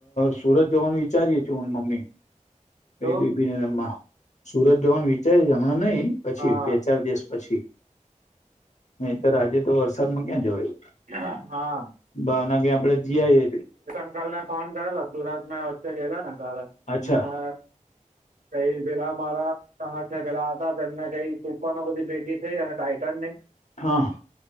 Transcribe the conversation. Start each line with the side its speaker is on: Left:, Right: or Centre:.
Left: સુરત જોવાનું વિચારીએ છું હું મમ્મી ક
Right: તો
Left: બેબી રમાં સુરત જવાનું વિચારે છે હમણાં નઈિ પછી
Right: હા
Left: બે ચાર દિવસ પછી અહીતર આજે તો વરસાદમાં ક્યાં જવા
Right: હા
Left: ભાવના કે આપડે જીઆઈએ
Right: અંકલ ને ફોન કરેલો સુરતમાં વચ્ચે ગયેલા ને સારા
Left: અચ્છા
Right: એમને
Left: <inaudible>
Right: કઈ પેલા મારા હા પેલા હતા એને કઈ તૂકવા બધી ભેગી થઈ ટઇટન ને
Left: હા